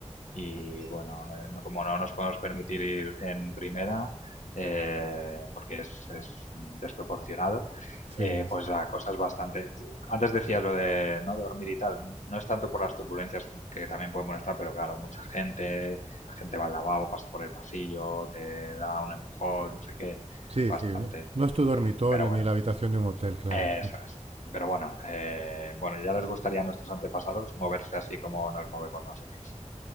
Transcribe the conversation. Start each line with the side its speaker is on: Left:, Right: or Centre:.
Left: y bueno, eh, no, como no nos podemos permitir ir en primera, eh, porque es, es desproporcionado,
Right: Sí,
Left: eh,
Right: es-
Left: pues la cosa es bastante... Antes decías lo de no dormir y tal, no es tanto por las turbulencias que también pueden molestar, pero claro, mucha gente, la gente va al lavabo, pasa por el pasillo, te da un empujón, no sé qué,
Right: sí,
Left: es bastante.
Right: sí. No, no es tu dormitorio
Left: Pero bueno,
Right: ni la habitación de un hotel, claro.
Left: eso
Right: <laughs>
Left: es. Pero bueno, eh, bueno, ya les gustaría a nuestros antepasados moverse así como nos movemos nosotros.